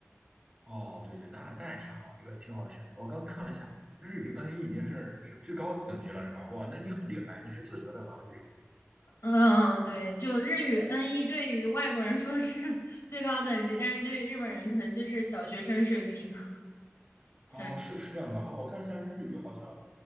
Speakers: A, on the right; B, on the left.
A: 哦，对对，那那也挺好，一个挺好的选择。我刚看了一下，日语 N1 已经是是最高等级了是吧？哇，那你很厉害，你是自学的吧日语？
B: 嗯嗯，对，就日语 n 一，对于外国人说是 <laughs> 最高等级，但是对于日本人可能就是小学生水平。<laughs>
A: 哦，
B: 小
A: 是是这样的啊，我看一下日语好像